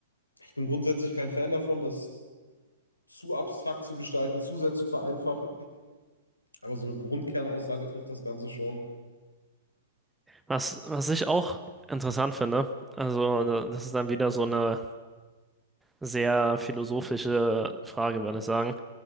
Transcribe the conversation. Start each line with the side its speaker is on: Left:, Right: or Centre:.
Left: ich bin grundsätzlich kein Fan davon, das zu abstrakt zu gestalten, zu sehr zu vereinfachen. Aber so eine Grundkernaussage trifft das Ganze schon.
Centre: Was, was ich auch interessant finde, also da- das ist dann wieder so eine sehr philosophische Frage, würde ich sagen.